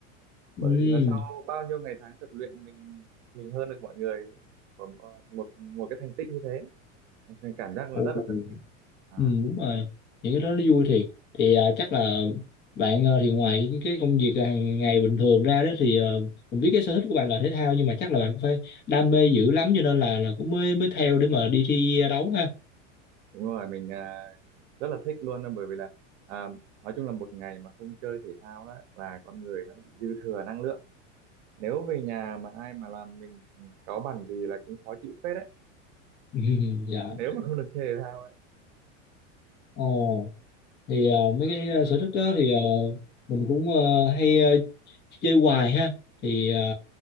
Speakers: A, on the right; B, on the left.
A: bởi
B: Ừ.
A: vì là sau bao nhiêu ngày tháng tập luyện mình mình hơn được mọi người một một, một cái thành tích như thế Nên cảm giác
B: Ồ.
A: là rất là phấn khích à
B: Ừ, đúng rồi những cái đó nó vui thiệt thì à, chắc là bạn ờ, thì ngoài những cái công việc à, hàng ngày bình thường ra đó thì ờ, mình biết cái sở thích của bạn là thể thao nhưng mà chắc là bạn cũng phải đam mê dữ lắm cho nên là là cũng mới mới theo để mà đi thi đấu ha
A: đúng rồi mình à, rất là thích luôn á, bởi vì là à, nói chung là một ngày mà không chơi thể thao đó là con người nó bị dư thừa năng lượng nếu về nhà mà ai mà làm mình cáu bẳn gì là cũng khó chịu phết đấy
B: <laughs> dạ
A: nếu mà không được chơi thể thao ấy
B: ồ thì ờ, mấy cái ờ, sở thích đó thì ờ, mình cũng ờ, hay ờ, chơi hoài ha thì ờ,